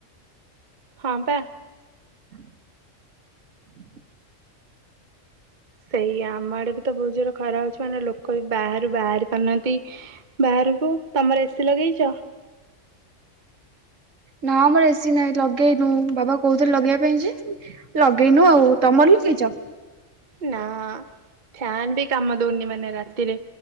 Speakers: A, on the right; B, on the right.
A: ହଁ ପା।
B: <inaudible>
A: ସେଇ ଆମ ଆଡେ ବି ତ ଭହୁତ ଜୋର ଖରା ହୋଉଚି ମାନେ ଲୋକ ବି ବାହାରୁ ବାହାରି ପାରୁନାହାନ୍ତି। ବାହାରକୁ ତମର ଏସିି ଲଗେଇଚ?
B: ନା ଆମର ଏସି ନାହିଁ ଲଗେଇନୁ। ବାବା କହୁଥିଲେ ଲଗେଇବା ପାଇଁ ଯେ ଲଗେଇନୁ ଆଉ। ତମର ଲଗେଇଚ?
A: ନା ଫ୍ୟାନ୍ ବି କାମ ଦଉନି ମାନେ ରାତିରେ